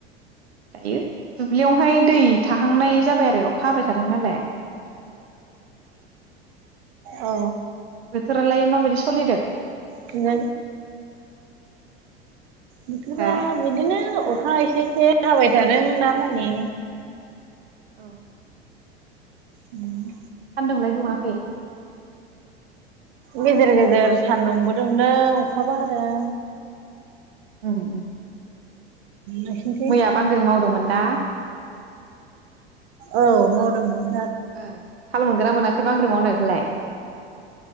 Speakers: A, on the right; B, on the right.
A: दायो दुब्लियावहाय दै थाहांनाय जाबाय आरो अखााबाय थादों नालाय
B: औ
A: बोथोरालाय माबायदि सलिदों
B: बिनो बोथोरा
A: हा
B: बिदिनो अखा एसे एसे हाबाय थादों दा माने
A: औ
B: उम
A: सान्दुंलाय दुङाखै
B: गेजेर गेजेर सान्दुंबो दुंदों अखाबो हादों
A: उम उम
B: नोंसिनिथिं
A: मैया बांग्रि मावदोंमोन ना
B: औ मावदोंमोन
A: ओ थाल मोनगोनना मोनाखै बांग्रिं मावनायखौलाय